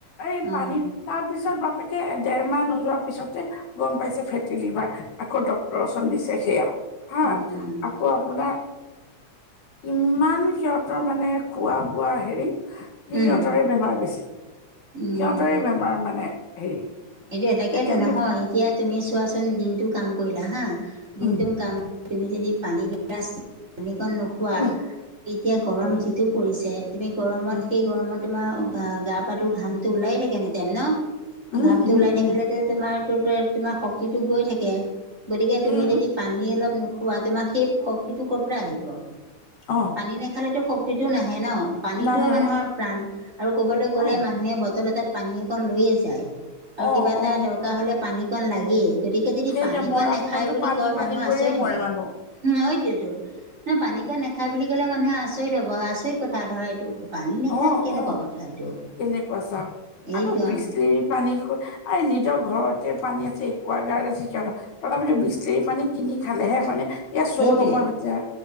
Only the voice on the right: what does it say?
অ',
উম'
উম,
উম।
এইটো এ তাকেইতো
নহয় এতিয়া তুমি চোৱাচোন, দিনটো কাম কৰিলা হাঁ দিনটো
কাম তুমি যদি পানী গিলাচ ৰাস্তা পানীকণ নোখোৱা
এতিয়া গৰম
যিটো পৰিছে। তুমি গৰমত
সেই গৰমত তোমাৰ গাপা ঘামটো ওলাইে থাকে ন টাইম ন।
ঘামটো
ওলাই থাকিলেতো
তোমাৰ, তোমাৰ শক্তিটো গৈ থাকে গতিকে
তুমি যদি পানী অলপ নোখোৱাই তোমাৰ সেই শক্তিটো ক'ৰ পৰা আহিব।
পানী নেখালেতো শক্তিটো নাহে ন, পানীতটো
মানুহৰ প্ৰাণ। আৰু ক'বালৈ গ'লে
মানুহে বটল এটাত পানী, একণ লৈয়ে যায়। আৰু
কিবা এটা
দৰকাৰ হ'লে পানী অকণ লাগেই। গতিকে যদি
পানী অকণ
নেখায়
বুলি
কয়
মানুহ
আচৰিত
হয়।
সেইটোৱেইটো, নহয় পানী কন নাখায় বুলি ক'লে মানুহে আচৰিত হ'ব আচৰিত কথা ধৰা এইটো। পানী নাখায়
কেনেকুৱা
কথা এইটো
এইটো
সেইটোৱে